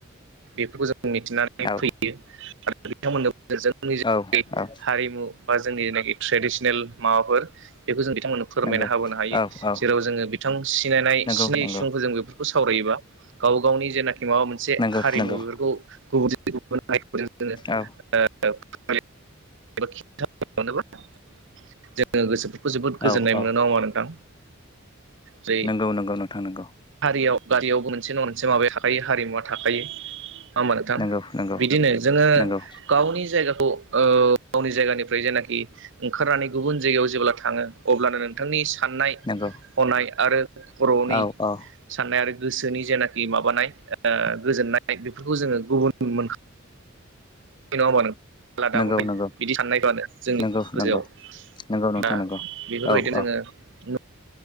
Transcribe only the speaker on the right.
बेफोरखौ जों मिथिनानै
फैयो आरो बिथांमोननो जोंनि जेनाखि
हारिमु बा जोंनि जेनाखि ट्रेडिसनेल माबाफोर बेखौ जों बिथांमोन नों फोरमायना
हाबोनो हायो
जेराव जोङो बिथां सिनायनाय
सिनि
सुबुंफोर जों बेफोरखौ सावरायोबा गाव गावनि जेनाखि माबा मोनसे
हारिमु
बेफोरखौ गुबन <unintelligible>
<unintelligible> जोबोद गोजोन्नाय
मोनो
नङा होनबा नोंथां जेरै
हारियाव गारियावबो मोनसे नङा मोनसे माबाया थाखायो हारिमुवा थाखायो नङा होनबा नोथां
बिदिनो जोङो
गावनि जायगाखौ ओ गावनि जायगानिफ्राय जेनाखि ओंखारनानै गुबुन जायगायाव जेब्ला थाङो अब्लानो नोंथांनि साननाय
हनाय आरो खर'नि
साननाय आरो गोसोनि जेनाखि माबानाय ओ गोजोननाय बेफोरखौ जोङो गुबुन मोनखा नङा होनबा नोंथां आलादा
मोन
बिदि साननायखौनो जोंनि
गोजोआव
दा
बेफोरबायदिनो
जोङो